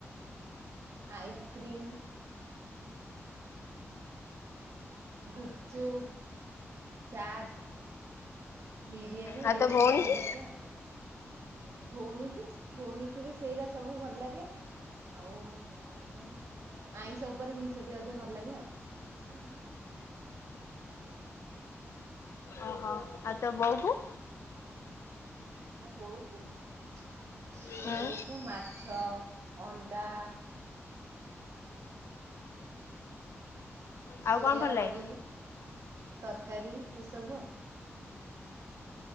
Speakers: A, on the right; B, on the left.
A: ଆଇସ୍କ୍ରିମ। ଗୁପଚୁପ ଚାଟ। ବିରିୟାନୀ
B: ଆଉ
A: ଏଇରା
B: ତୋ ଭଉଣୀ
A: ସବୁ ଭଲଲାଗେ
B: କି?
A: ଆଉ। ଭଉଣୀକି ଭଉଣୀକିବି ସେଇରା ସବୁ ଭଲଲାଗେ। ଆଉ ଭାତ ଆଇଁଷ ଉପରେ ଜିନିଷଟି ଅଧିକ ଭଲଲାଗେ ଆଉ। <unintelligible>
B: ଅହ ଆଉ ତୋ ବୋଉକୁ।
A: ମୋ ବୋଉକୁ ମୋ
B: ହୁଁ
A: ବୋଉକୁ ମାଛ ଅଣ୍ଡା।
B: ଆଉ
A: ସୋୟାବଡି
B: କଣ ଭଲ ଲାଗେ?
A: ତରକାରୀ ଏସବୁ ଆଉ।